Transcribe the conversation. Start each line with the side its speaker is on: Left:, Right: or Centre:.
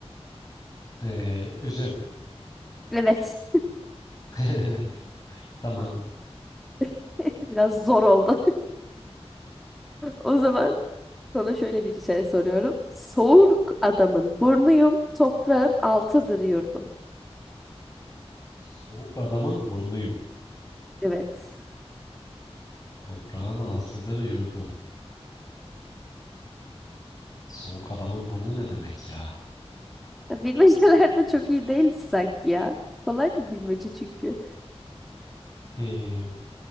Left: Ee, üzüm.
Centre: Evet.
Left: <laughs> Tamam.
Centre: <laughs> Biraz zor oldu. <laughs> O zaman sana şöyle bir şey soruyorum. Soğuk adamın burnuyum, toprağın altıdır yurdum.
Left: Soğuk adamın burnuyum.
Centre: Evet.
Left: Toprağın altıdır yurdum. Soğuk adamın burnu ne demek ya?
Centre: Ya Bilmeceler de çok iyi değil sanki ya. Kolay bir bilmece çünkü.
Left: Ee,